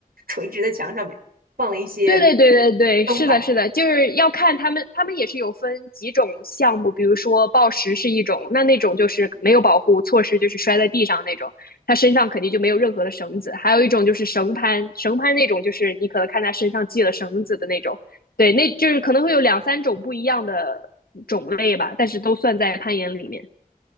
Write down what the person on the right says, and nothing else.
垂直的墙上面放了一些
灯板。